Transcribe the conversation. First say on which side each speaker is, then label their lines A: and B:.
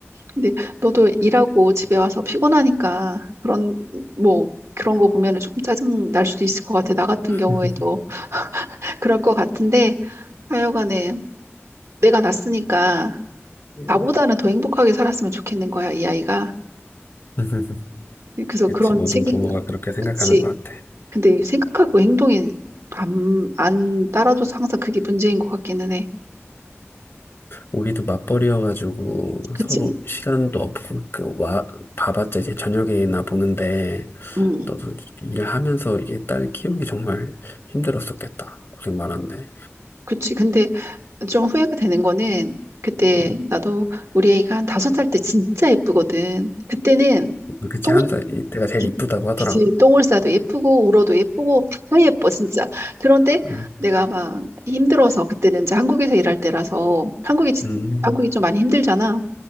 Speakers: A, on the right; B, on the left.
A: 근데 너도 일하고 집에 와서 피곤하니까 그런 뭐 그런 거 보면은 조금 짜증 날 수도 있을 것 같아. 나 같은
B: <laughs>
A: 경우에도 그럴 것 같은데 하여간에 내가 낳았으니까
B: 음.
A: 나보다는 더 행복하게 살았으면 좋겠는 거야, 이 아이가.
B: <laughs>
A: 그래서
B: 그치,
A: 그런
B: 모든
A: 책임,
B: 부모가 그렇게 생각하는
A: 그치.
B: 것 같아.
A: 근데 생각하고 행동이 안, 안 따라줘서 항상 그게 문제인 것 같기는 해.
B: 우리도 맞벌이여가지고
A: 그치?
B: 서로 시간도 없고 그 와 봐봤자 이제 저녁에나 보는데
A: 음.
B: 너도 일하면서 이게 딸 키우기 정말 힘들었었겠다. 고생 많았네.
A: 그치. 근데 좀 후회가 되는 거는 그때
B: 음,
A: 나도 우리 애가 한 다섯 살 때 진짜 예쁘거든. 그때는
B: 음, 그치
A: 똥,
B: 한 살 이때가 제일
A: 기-
B: 이쁘다고 하더라고.
A: 기지, 똥을 싸도 예쁘고 울어도 예쁘고 다 예뻐 진짜. 그런데
B: 음,
A: 내가 막 힘들어서 그때는 이제 한국에서 일할 때라서 한국이 진-
B: 음,
A: 한국이 좀 많이 힘들잖아.